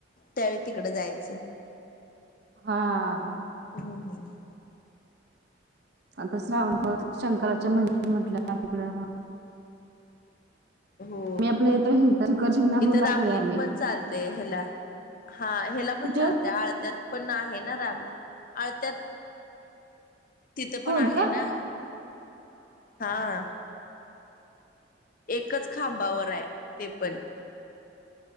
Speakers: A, on the left; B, on the right.
A: त्यावेळी तिकडे जायचं.
B: हा.
A: हम् हम.
B: आता श्रावण शंकराचे मंदिर म्हटल्या तिकडं.
A: हो,
B: मी आपलं येतो शिखर शिंगणापूरला
A: इथं रामलिंग
B: असतोय आम्ही
A: पण चालतेय हेला. हा ह्याला पण
B: कुठे
A: चालतंय, आळत्यात पण आहे ना रामली आळत्यात. तिथं पण
B: हो
A: आहे
B: का
A: ना, हा.. एकच खांबावर आहे. ते पण,